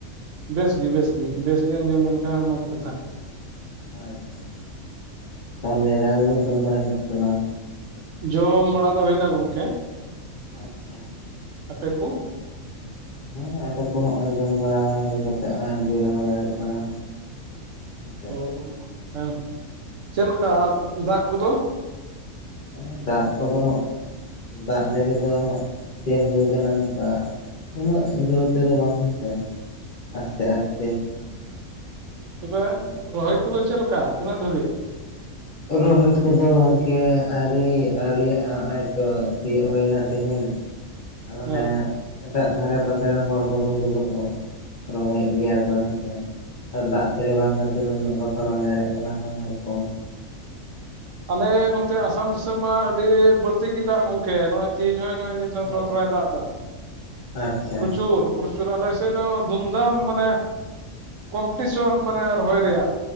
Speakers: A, on the right; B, on the left.
A: ᱵᱮᱥ ᱜᱮ, ᱵᱮᱥ ᱜᱮ, ᱵᱮᱥ ᱜᱮ ᱟᱸᱡᱚᱢ ᱞᱮᱱᱠᱷᱟᱱ ᱢᱚᱸᱡᱽ
B: ᱚ
A: ᱠᱟᱛᱷᱟ᱾
B: ᱟᱪᱪᱷᱟ, ᱛᱟᱦᱞᱮ ᱫᱟᱠᱟ ᱠᱚᱵᱮ ᱡᱚᱢ ᱵᱟᱲᱟ ᱠᱮᱫᱟ ᱥᱮ ᱵᱟᱝ?
A: ᱡᱚᱢ ᱵᱟᱲᱟ ᱫᱚ ᱦᱩᱭᱱᱟ ᱜᱚᱝᱠᱮ᱾
B: ᱟᱪᱪᱷᱟ᱾
A: ᱟᱯᱮ ᱠᱚ?
B: ᱦᱮᱸ ᱟᱞᱮ ᱠᱚ ᱦᱚᱸᱜ-ᱚᱭ ᱡᱚᱢ ᱵᱟᱲᱟ ᱦᱩᱭ ᱠᱟᱛᱮᱜ ᱦᱚᱸᱜ-ᱚᱭ ᱡᱤᱨᱟᱹᱣ ᱵᱟᱲᱟ ᱦᱩᱭᱩᱜ ᱠᱟᱱᱟ᱾ ᱦᱮᱸᱥᱮ
A: ᱚ, ᱚ, ᱚ, ᱦᱮᱸ ᱪᱮᱫ ᱞᱮᱠᱟ ᱟᱨ ᱫᱟᱜ ᱠᱚᱫᱚ?
B: ᱦᱮᱸ ᱫᱟᱜ ᱠᱚᱫᱚ ᱫᱟᱜ ᱡᱟᱹᱲᱤ ᱫᱚ ᱛᱮᱞ ᱦᱩᱭ ᱠᱟᱱᱟ ᱚᱱᱠᱟ ᱩᱱᱟᱹᱜ ᱡᱳᱨ ᱛᱮᱫᱚ ᱵᱟᱝ ᱦᱮᱸᱥᱮ ᱟᱥᱛᱮ ᱟᱥᱛᱮ᱾
A: ᱛᱚᱵᱮ
B: ᱢᱟᱱᱮ
A: ᱨᱚᱦᱚᱭ ᱠᱚᱫᱚ ᱪᱮᱫ ᱞᱮᱠᱟ ᱛᱤᱱᱟᱹᱜ ᱫᱷᱟᱹᱵᱤᱡ?
B: ᱨᱚᱦᱚᱭ ᱠᱚᱫᱚ ᱜᱚᱝᱠᱮ ᱟᱣᱨᱤ ᱟᱣᱨᱤᱭᱟᱜ-ᱟ ᱦᱚᱸᱜ-ᱚᱭ ᱛᱚ ᱥᱤᱭᱳᱜ ᱦᱩᱭᱱᱟ ᱛᱤᱦᱤᱧ᱾ ᱢᱟᱱᱮ
A: ᱦᱮᱸ
B: ᱮᱴᱟᱜ ᱫᱷᱟᱨᱮ ᱯᱟᱥᱮ ᱨᱮᱱ ᱦᱚᱲ ᱠᱚᱫᱚ ᱩᱝᱠᱩ ᱫᱚᱠᱚ ᱨᱚᱦᱚᱭᱮᱜ ᱜᱮᱭᱟ ᱠᱚ ᱦᱮᱸᱥᱮ᱾ ᱟᱨ ᱫᱟᱜ <unintelligible> ᱵᱟᱝ ᱠᱷᱟᱹᱛᱤᱨ ᱩᱱᱟᱹᱜ ᱵᱟᱠᱚ ᱨᱚᱦᱭ ᱫᱟᱲᱮᱭᱟᱜ ᱠᱟᱱᱟ <unintelligible> ᱦᱚᱲ ᱠᱚ᱾
A: ᱟᱞᱮ ᱱᱚᱛᱮ ᱟᱥᱟᱢ ᱫᱤᱥᱚᱢ ᱢᱟ ᱟᱹᱰᱤ ᱵᱟᱹᱲᱛᱤ ᱜᱮ ᱫᱟᱜ ᱜᱚᱝᱠᱮ ᱱᱚᱜ-ᱚᱭ ᱛᱮᱦᱤᱧ ᱦᱚᱸ ᱱᱚᱜ-ᱚᱭ ᱱᱤᱛ
B: ᱚ
A: ᱛᱷᱚᱲᱟ ᱛᱷᱚᱲᱟᱭ ᱫᱟᱜ ᱫᱟ᱾
B: ᱟᱪᱪᱷᱟ
A: ᱯᱨᱚᱪᱩᱨ᱾ ᱯᱨᱚᱪᱩᱨ ᱟᱞᱮᱥᱮᱫ ᱫᱚ ᱫᱷᱩᱢᱫᱷᱟᱢ ᱢᱟᱱᱮ ᱠᱚᱢᱯᱤᱴᱤᱥᱚᱱ ᱢᱟᱱᱮ ᱨᱚᱦᱚᱭ ᱨᱮᱭᱟᱜ